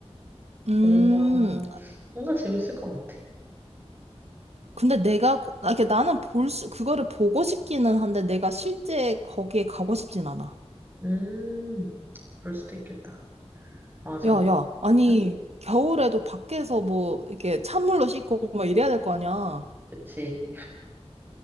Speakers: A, on the right; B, on the right.
A: 음,
B: 뭔가, 뭔가 재밌을 것 같아.
A: 근데 내가, 거- 아, 이게 나는 볼 수, 그거를 보고 싶기는 한데 내가 실제 거기에 가고 싶진 않아.
B: 음, 그럴 수도 있겠다. 맞아.
A: 야, 야, 아니,
B: 응?
A: 겨울에도 밖에서 뭐, 이렇게 찬물로 씻고 막 이래야 될 거 아니야.
B: 그치.